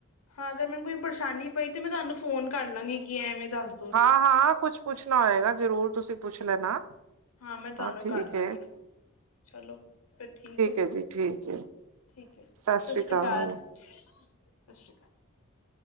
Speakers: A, on the left; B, on the right.
A: ਹਾਂ ਅਗਰ ਮੈਨ ਕੋਈ ਪਰਸ਼ਾਨੀ ਪਈ ਤੇ ਮੈਂ ਤਾਨੂੰ ਫੋਨ ਕਰ ਲਾਂਗੀ ਕਿ ਐਂਵੇਂ ਦਾ ਸ
B: ਹਾਂ ਹਾਂ। ਕੁਛ ਪੁੱਛਨਾ ਹੋਏਗਾ ਜਰੂਰ ਤੁਸੀ ਪੁੱਛ ਲੈਣਾ।
A: ਹਾਂ, ਮੈਂ ਤਾਨੂੰ
B: ਠੀਕ
A: ਕਰ ਲਾਂਗੀ
B: ਹੈ
A: ਫੋਨ। ਚਲੋ ਫੇਰ ਠੀਕ ਐ,
B: ਹੈ ਜੀ ਠੀਕ ਹੈ
A: ਠੀਕ ਐ।
B: ਸਤਿ ਸ਼੍ਰੀ
A: ਸਸ੍ਰੀ
B: ਅਕਾਲ
A: ਕਾਲ। ਸਸ਼੍ਰੀ ਕਾਲ।